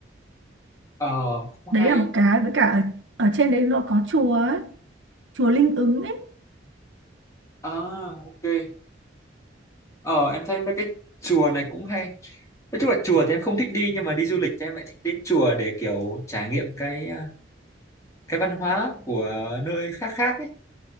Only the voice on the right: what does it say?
đấy
là một cái với cả ở, ở trên đấy nó có chùa ấy, chùa Linh Ứng ấy